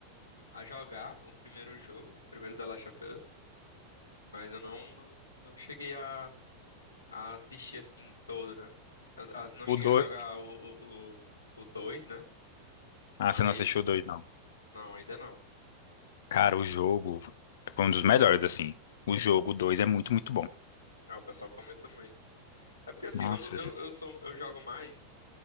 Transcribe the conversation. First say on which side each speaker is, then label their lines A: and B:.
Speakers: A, on the left; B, on the left.
A: a jogar o primeiro jogo, o primeiro The Last of Us, mas eu não, não, não cheguei a, a assistir assim todo, né? Eu- ah, Não
B: O
A: cheguei
B: dois?
A: a jogar o, o, o, o 2, né?
B: Ah,
A: Mas
B: você não assistiu o 2, não.
A: não, ainda não.
B: Cara, o jogo foi um dos melhores, assim. O jogo 2 é muito, muito bom.
A: Ah, o pessoal comenta muito. É porque assim,
B: Nossa.
A: eu, não- eu,
B: esse-
A: eu sou eu jogo mais